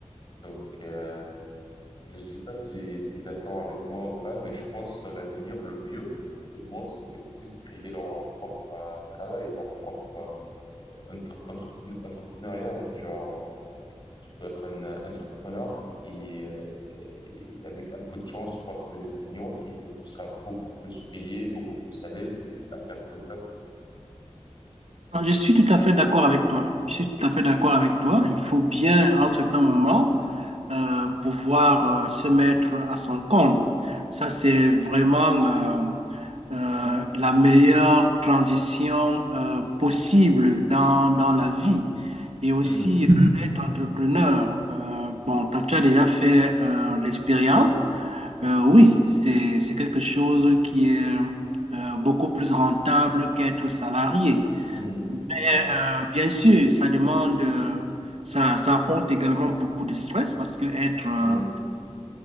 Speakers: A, on the left; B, on the right.
A: Donc, euh, je sais pas si tu es d'accord avec moi ou pas, mais je pense dans l'avenir, le mieux, tout le monde, c'est qu'ils puissent créer leur propre euh, travail, leur propre euh, entre- entrepren- entrepreneuriat, genre euh, tu peux être un euh, entrepreneur et, euh, et avec un peu de chance, tu pourras trouver des clients et tu seras beaucoup plus payé, beaucoup plus à l'aise à faire ton taf.
B: Alors, je suis tout à fait d'accord avec toi. Je suis tout à fait d'accord avec toi. Il faut bien, en certain moment, euh, pouvoir euh, se mettre à son compte. Ça, c'est vraiment euh, euh, la meilleure transition euh, possible dans, dans la vie. Et aussi,
A: Mhm.
B: euh, être entrepreneur. Euh, bon, toi, tu as déjà fait euh, l'expérience. Euh, oui, c'est, c'est quelque chose qui est euh, beaucoup plus rentable qu'être salarié.
A: Mhm.
B: Mais euh, bien sûr, ça demande, euh, ça, ça apporte également beaucoup de stress parce que être, euh,
A: Mhm.